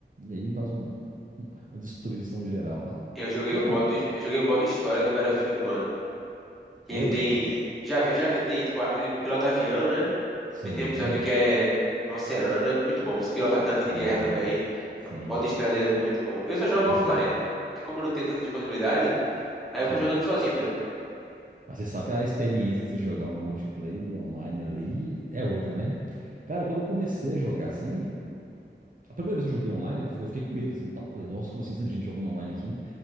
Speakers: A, on the right (about 45°); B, in the centre.
A: E aí faz um- uma destruição geral lá.
B: Eu joguei
A: Mas
B: o
A: é
B: modo,
A: bom.
B: eu joguei o modo história de Battlefield 1. Que
A: Foi?
B: ele tem.
A: Nossa.
B: Já viu, já que ele tem, tipo, a- ele pilota avião, né?
A: Sim.
B: Também tem um episódio que é no oceano, é muito bom. Você pilota tanque de
A: Bom
B: guerra também.
A: demais. Sim.
B: O modo história dele é muito bom. Eu só jogo
A: Muito
B: offline,
A: bom. muito bom.
B: porque como eu não tenho tanta disponibilidade, aí
A: Sim.
B: eu vou jogando sozinho mesmo.
A: Mas você sabe que a experiência de você jogar um multiplayer online ali é outra, né? Cara, quando eu comecei a jogar assim, A primeira vez que eu joguei online, eu fiquei com medo, assim, tal. Falei, nossa, como assim, tanta gente jogando online aqui?